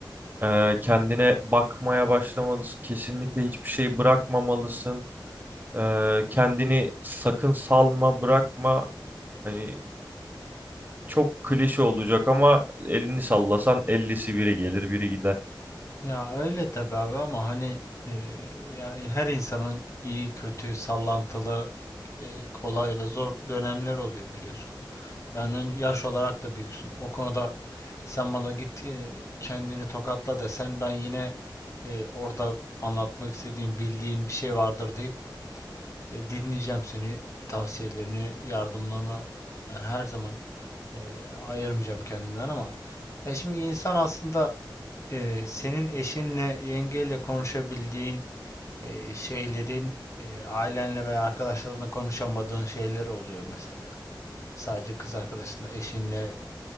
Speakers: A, on the right; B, on the left.
A: e, kendine bakmaya başlamalısın. Kesinlikle hiçbir şey bırakmamalısın. Ee, kendini sakın salma, bırakma. Hani Çok klişe olacak ama elini sallasan 50'si biri gelir biri gider.
B: Ya öyle tabii abi ama hani e, yani her insanın iyi, kötü, sallantılı, e, kolay ve zor dönemler oluyor biliyorsun. Benden yaş olarak da büyüksün. O konuda sen bana git e, kendini tokatla desen ben yine e, orada anlatmak istediğin, bildiğin bir şey vardır deyip e, dinleyeceğim seni, tavsiyelerini, yardımlarını Yani her zaman e, ayırmayacağım kendimden ama ya şimdi insan aslında e, senin eşinle, yengeyle konuşabildiğin e, şeylerin e, ailenle veya arkadaşlarınla konuşamadığın şeyler oluyor mesela. Sadece kız arkadaşınla, eşinle